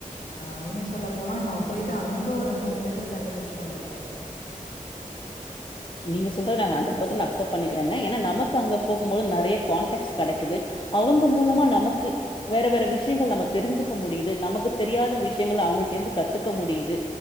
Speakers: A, on the left; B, on the left.
A: நா உண்மிய சொல்ல போனா நா போய் ட்டு அங்க ஒரு மூணு பேத்த ஃப்ரெண்டு புடிஷ்ட்டு வந்துருக்கே
B: நீங்க சொல்றத் நா ஹண்ரட் பசண் அக்சப் பண்ணிக்குறேங்க ஏன்னா நமக்கு அங்க போகும் பொழுத் நறைய கான்டாக்ட்ஸ் கெடைக்குது அவுங்க மூலமா நமக்கு வேற வேற விஷயங்கள் நம்ம தெரிஞ்சுக்க முடியுது நமக்கு தெரியாத விஷயங்கள்லா அவ்ங்கிள்ட்டேந்து கத்துக்க முடியுது